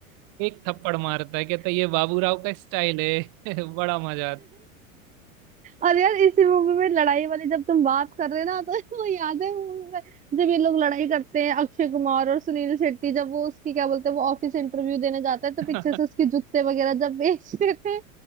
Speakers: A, on the right; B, on the right.
A: एक थप्पड़ मारता है कहता है ये बाबूराव का स्टाइल है <laughs> बड़ा मजा
B: और यार इसी मूवी में लड़ाई वाली जब तुम बात कर रहे ना तो <laughs> वो याद है मूवी में जब ये लोग लड़ाई करते हैं अक्षय कुमार और सुनील शेट्टी जब वो उसकी क्या बोलते हैं वो ऑफिस इंटरव्यू देने जाता है तो पीछे
A: आता
B: से उसके जूते वगैरह जब बेच देते हैं